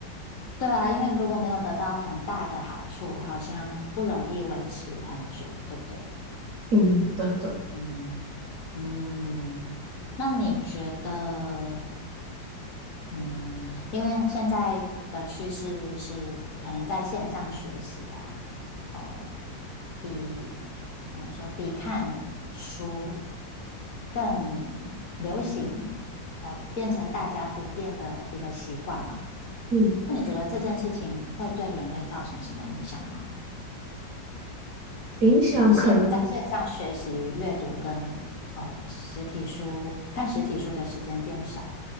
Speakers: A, on the left; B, on the right.
A: 对啊，因为如果没有得到很大的好处，好像不容易维持很久，对不对？
B: <laughs> 嗯，等等，
A: 嗯嗯，那你觉得？嗯，因为现在的趋势是可能在线上学习啊，呃，比怎么说，比看书更流行，哦，变成大家普遍的一个习惯嘛。
B: 嗯，
A: 那你觉得这件事情会对人类造成什么影响吗？
B: 影响可能。
A: 就是现在线上学习阅读跟呃实体书看实体书的时间变少，